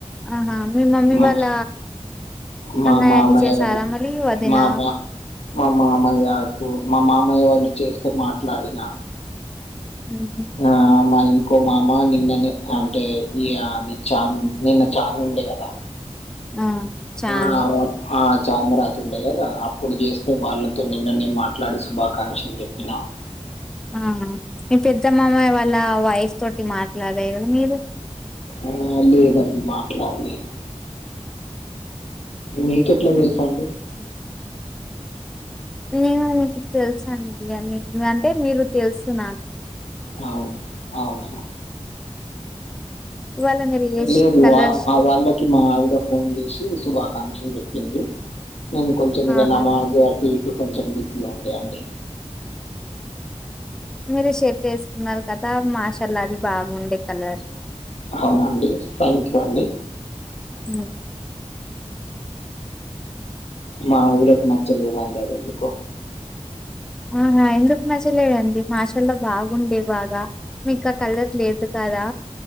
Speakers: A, in the centre; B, on the left.
A: ఆహా మీ మమ్మీ
B: మా
A: వాళ్ళ
B: మా
A: అన్నయ్యకి
B: మామయ్య
A: చేసారా
B: వాల్
A: మరి వదిన
B: మామా మా మామయకు మా మామయ్య వాళు చేస్తే మాట్లాడినా
A: ఉహు.
B: ఆ మై ఇంకో మామ నిన్ననే అంటే ఇయా చాంద్ నిన్న చాంద్ ఉండే కదా
A: ఆ చాలు
B: ఆ ఆ చాంద రాత్ ఉండే కదా అప్పుడు చేస్తే వాళ్ళ నిన్ననే మాట్లాడి శుభాకాంక్షలు చెప్పినా
A: ఆ మీ పెద్దమామయ్య వాళ్ళ వైఫ్ తోటి మాట్లాడేరీ మీరు
B: ఆ లేదండి మాట్లాడి లేదు మీకెట్లా తెల్స్ అండి
A: నేను మీకు తెలుసండి అన్ని అంటే మీరు తెలుసు నాక్
B: అవున్ అవున
A: ఇవాళ మీరు ఏ
B: లేదు
A: కలర్
B: వ మా వాళ్ళకి మా ఆవిడ ఫోన్ చేసి శుభాకాంక్షలు చెప్పింది నేను కొంచెం ఇ
A: ఆహా
B: నమాజ్ అటు ఇటు కొంచెం అంటే అండి
A: మీరు షర్ట్ వేసుకున్నారు కదా మాషల్ అది బాగుండే కలర్
B: అవునాండి థ్యాంక్ యూ అండి
A: మ్
B: మా ఆవిడకి నచ్చలేదండి అది ఎందుకో
A: ఆహా ఎందుకు నచ్చలేదండి మాషల్లో బాగుండే బాగా మీకు ఆ కలర్ లేదు కదా